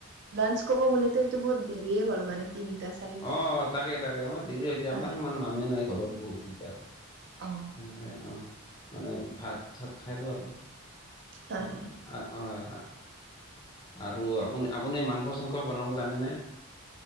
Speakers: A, on the right; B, on the left.
A: লাঞ্চ ক'ব গ'লেতো এইটো বহুত দেৰি হ'ল মানে। তিনটা চাৰিটা-
B: অঁ তাকে তাকে আমাৰ দেৰি যায়,
A: হয়
B: আমাৰ মানে মানুহে নাই ঘৰত বহুত দিগদাৰ।
A: অ
B: তেনেকৈ অ মানে ভাত চাত খাইটো আৰু,
A: হয়
B: আৰু-
A: হয়
B: হয়, আৰু আপুনি আপুনি মাংস চাংস বনাব জানেনে?